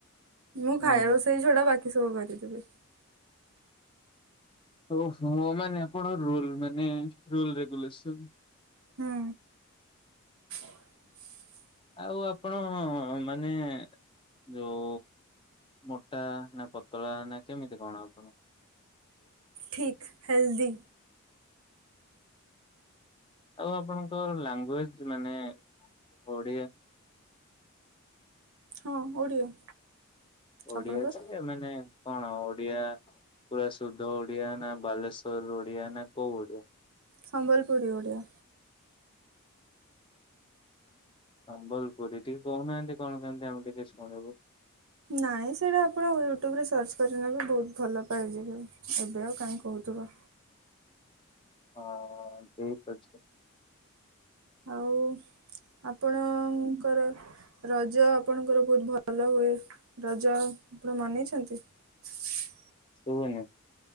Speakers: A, on the right; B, on the left.
A: ମୁଁ ଖାଇବା
B: ଓହୋ।
A: ରୋଷେଇ ଛଡା ବାକି ସବୁ କରିଦେବି।
B: ଓହୋ ମାନେ ଆପଣ ରୁଲ ମାନେ ରୁଲ ରେଗୁଲେସନ।
A: ହୁଁ <unintelligible>
B: ଆଉ ଆପଣ ମାନେ ଯଉ ମୋଟା ନା ପତଳା ନା କେମିତି କଣ ଆପଣ?
A: ଠିକ ହେଲ୍ଦି।
B: ଆଉ ଆପଣଙ୍କ ଲାଙ୍ଗୁଏଜ ମାନେ ଓଡିଆ
A: ହଁ ଓଡ଼ିଆ।
B: ଓଡିଆ
A: ଆପଣଙ୍କର
B: ଯେ ମାନେ କଣ ଓଡିଆ ପୁରା ଶୁଦ୍ଧ ଓଡିଆ ନା ବାଲେଶ୍ୱର ଓଡିଆ ନା କୋଉ ଓଡିଆ?
A: ସମ୍ବଲପୁରୀ ଓଡ଼ିଆ।
B: ସମ୍ବଲପୁରୀ, ଟିକେ କହୁନାହାନ୍ତି କଣ କେମତି ଆମେ ଟିକେ ଶୁଣିବୁ।
A: ନାଇଁ ସେଇଟା ଆପଣ ୟୁଟ୍ୟୁବରେ ସର୍ଚ୍ଚ କରିନେବେ ବହୁତ ଭଲ ପାଇଯିବେ ଏବେ ଆଉ କାହିଁ କହୁଥିବ।
B: ହଁ ଠିକ ଅଛି।
A: ଆଉ ଆପଣଙ୍କର ରଜ ଆପଣଙ୍କର ବହୁତ ଭଲ ହୁଏ। ରଜ ଆପଣ ମନେଇଛନ୍ତି? <inaudible>
B: ଶୁଭୁନି।